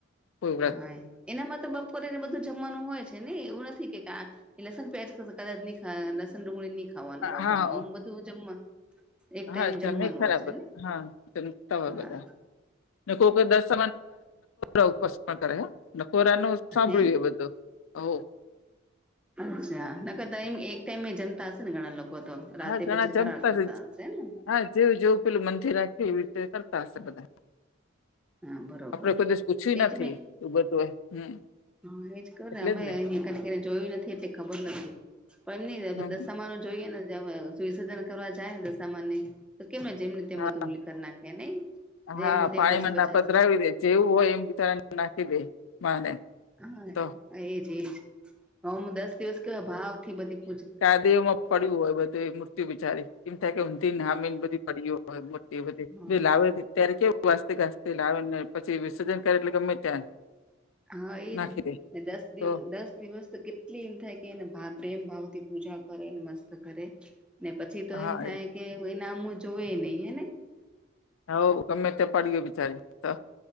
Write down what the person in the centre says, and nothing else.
હા એનામાં તો બપોરેને બધું જમવાનું હોય છે ને એવું નથી કે લસણ પ્યાજ કદાચ નહી ખ લસણ ડુંગળી નહી ખાવાનું હોય
પણ આમ બધું જમવા એક ટાઈમ
જમવાનું
હશે ને
હા
હે
અચ્છા ન કે દહી એક ટાઈમે જમતા હશે ને ઘણા લોકો તો રાતે
પછી ફરાર
કરતા
હશેને
હા બરોબર
એજ
મે
હા એજ ખબર
ને અમે
અહિયાં કને કને જોયું નથી એટલે ખબર નથી. પણ એમ
ન દસામા ન જોઈએ ને સુસર્જન કરવા જાય દસાામાને તો કેમ જેમને તેમ
બધું ઉ લખ નાખે નહી જેમને
તેમ
પછી પછી
હા
એજ એજ હમ દસ દિવસ કેવા ભાવ થી બધી પૂજા
હા
હા એ
છે
દસ દિવ
દસ દિવસ તો કે એટલી એમ થાય કે એ પ્રેમ ભાવ થી પૂજા કરેને મસ્ત કરે ને પછી તો
એમ થાય. કે એ નામું જોવે નહ હને